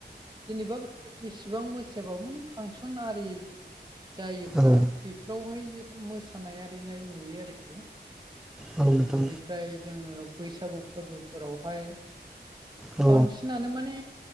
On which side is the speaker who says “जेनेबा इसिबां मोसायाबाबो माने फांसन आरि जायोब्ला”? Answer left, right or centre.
Right